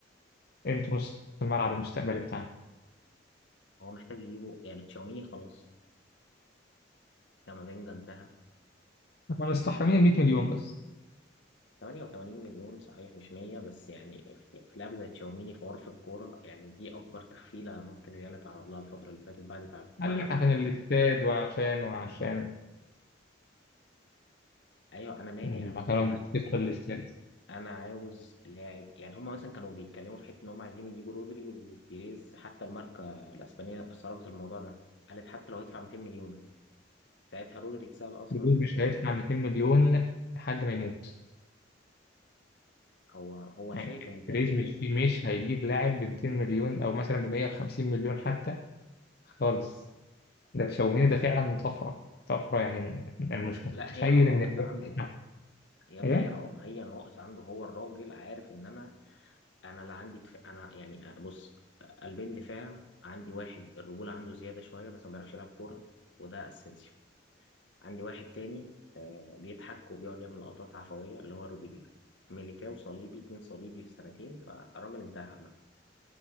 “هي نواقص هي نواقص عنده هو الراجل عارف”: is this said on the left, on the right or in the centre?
Left